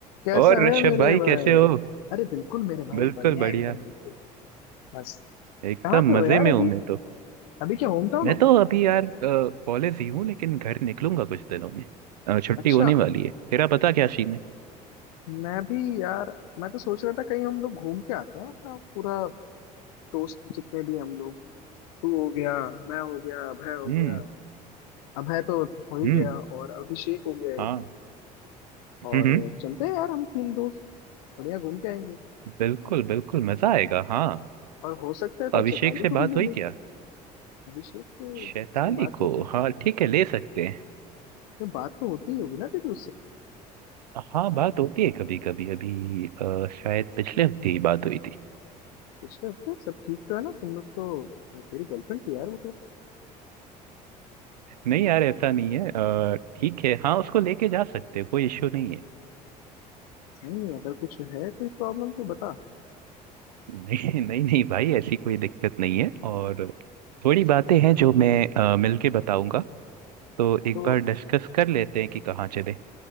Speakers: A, on the left; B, on the right.
A: कैसा
B: और
A: है
B: ऋषभ
A: मेरे
B: भाई
A: भाई
B: कैसे हो
A: अरे बिल्कुल मेरे भाई
B: बिल्कुल
A: बढ़िया
B: बढ़िया
A: एकदम बिल्कुल मस्त
B: एकदम
A: कहाँ पे हो
B: मजे
A: यार
B: में
A: अभी
B: हूँ मैं तो
A: अभी क्या होम टाउन
B: मैं
A: हो
B: तो अभी यार कॉलेज ही हूँ लेकिन घर निकलूंगा कुछ दिनों में अ, छुट्टी
A: अच्छा
B: होने वाली है तेरा पता क्या सीन है
A: मैं भी यार मैं तो सोच रहा था कहीं हम लोग घूम के आते हैं अपना पूरा दोस्त जितने भी हम लोग तू हो गया मैं हो गया अभय हो
B: हम्म
A: गया अभय तो हो ही
B: हम्म
A: गया और अभिषेक हो गया
B: हाँ
A: एक। और
B: हम्म हम्म,
A: चलते हैं यार हम तीन दोस्त बढ़िया घूम के आएंगे
B: बिल्कुल बिल्कुल मजा आएगा हाँ
A: और हो सकता है तो
B: अभिषेक
A: चैताली
B: से
A: को
B: बात
A: भी ले
B: हुई
A: लें
B: क्या
A: अभिषेक से
B: शैताली
A: इसकी बात
B: को
A: कर लेंगे
B: हाँ ठीक है ले सकते हैं
A: ये बात तो होती ही होगी ना तेरी
B: हाँ बात होती है कभी कभी अभी अ, शायद पिछले हफ्ते ही बात हुई थी
A: पिछले हफ्ते सब ठीक तो है ना तुम लोग तो तेरी गर्लफ्रेंड थी यार वो तो
B: नहीं यार ऐसा नहीं है अ, ठीक है हाँ उसको लेके जा सकते हैं कोई इश्यू नहीं है
A: नहीं अगर कुछ है कोई प्रॉब्लम तो बता
B: नहीं नहीं नहीं भाई ऐसी कोई दिक्कत नहीं है और थोड़ी बातें हैं जो मैं अ, मिलके बताऊंगा तो एक
A: तो
B: बार डिस्कस कर लेते हैं कि कहाँ चले